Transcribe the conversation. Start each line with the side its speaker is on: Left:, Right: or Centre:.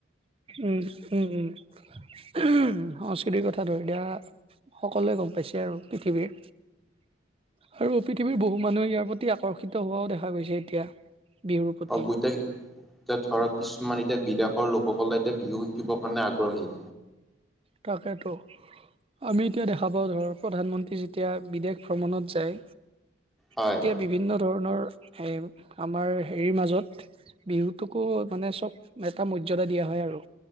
Right: উম উম সংস্কৃতিৰ কথাটো এতিয়া সকলোৱে গম পাইছে আৰু পৃথিৱীৰ। আৰু পৃথিৱীৰ বহু মানুহে ইয়াৰ প্ৰতি আকৰ্ষিত হোৱাও দেখা গৈছে এতিয়া। বিহুৰ প্ৰতি
Centre: <unintelligible> ধৰক কিছুমান এতিয়া বিদেশৰ লোকসকলে এতিয়া বিহু শিকিবৰ কাৰণে আগ্ৰহী।
Right: তাকেতো আমি এতিয়া দেখা পাওঁ ধৰ প্ৰধানমন্ত্ৰী যি যেতিয়া বিদেশ ভ্ৰমণত যায়
Centre: হয়
Right: তেতিয়া বি- বিভিন্ন ধৰণৰ এ আমাৰ হেৰিৰ মাজত বিহুটোকো মানে চব এটা মৰ্যাদা দিয়া হয় আৰু।